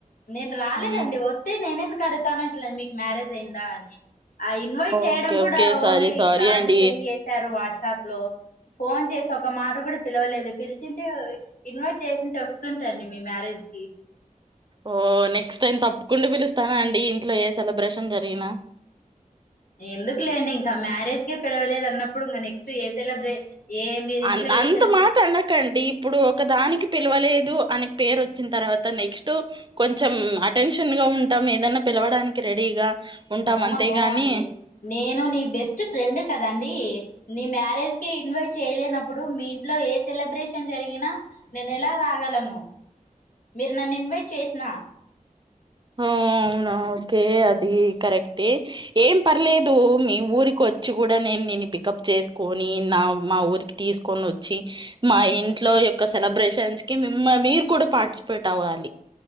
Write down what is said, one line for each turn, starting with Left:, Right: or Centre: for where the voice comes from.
Left: నేను రాలేదండి
Right: మ్మ్.
Left: వస్తే నేనెందుకు అడుగుతాను ఇట్ల మీకు మ్యారేజ్ అయిందా అని ఆ ఇన్వైట్ చేయడం
Right: ఓకే
Left: కూడా
Right: okay sorry
Left: only
Right: sorry
Left: card
Right: అండి
Left: సెండ్ చేసారు వాట్సాప్ లో ఫోన్ చేసి ఒక మాట కూడా పిలవలేదు పిలిచుంటే ఇన్వైట్ చేసుంటే వస్తుంటండి మీ మ్యారేజ్ కి
Right: ఓ నెక్స్ట్ టైం తప్పకుండా పిలుస్తానండి ఇంట్లో ఏ సెలబ్రేషన్ జరిగిన
Left: ఎందుకు లేండి ఇంకా మ్యారేజ్ కే పిలవలేదన్నపుడు ఇంగా నెక్స్ట్ ఏ సెలబ్రే ఏ మీరు ఇంట్లో
Right: అంత అంత
Left: ఏ సెలబ్రే
Right: మాట అనకండి ఇప్పుడు ఒక దానికి పిలవలేదు అని పేరు వచ్చిన్ తర్వాత నెక్స్ట్ కొంచెం అటెన్షన్ గా ఉంటాం ఏదన్నా పిలవడానికి రెడీగా ఉంటాం
Left: నో
Right: అంతేగాని
Left: నో అండి నేను నీ బెస్ట్ ఫ్రెండ్ కదండి. నీ మ్యారేజ్కే ఇన్వైట్ చేయలేనప్పుడు మీ ఇంట్లో ఏ సెలబ్రే షన్ జరిగినా నేనెలా రాగలను మీరు నన్ ఇన్వైట్ చేసిన
Right: హో అవునా ఓకే అది కరెక్టె ఏం పర్లేదు మీ ఊరిక్కోచ్చి గూడా నేన్ నేని పికప్ చేసుకొని నా మా ఊరికి తీసుకొని ఓచ్చి మా ఇంట్లో ఇయొక్క సెలబ్రేషన్స్ కి మిమ్ మీరు కూడా పార్టిసిపేట్ అవ్వాలి